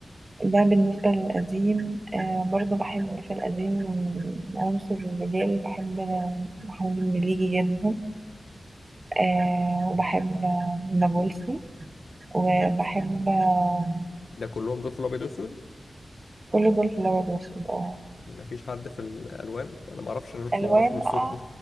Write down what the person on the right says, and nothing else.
ده بالنسبة للقديم آه برضه بحب في القديم عنصر الرجال بحب محمود المليجي جدا آه وبحب النابلسي وبحب آه،
كل دول في الأبيض والأسود اه
ألوان
بقى